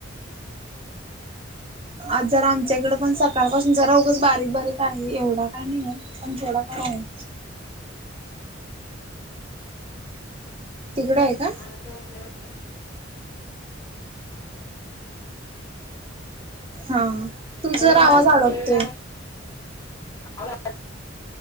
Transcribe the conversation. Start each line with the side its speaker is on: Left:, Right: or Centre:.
Right: आज जरा आमच्याकडे पण सकाळ पासून जरा उगच बारीक बारीक आहे एवढा काही नाहीय. पण थोडाफार आहे. तिकड आहे का?
Left: आज काय नवीन?
Right: हा तुमचा
Left: नवीन
Right: जरा
Left: आज
Right: आवाज अडखतोय.
Left: नवीन आज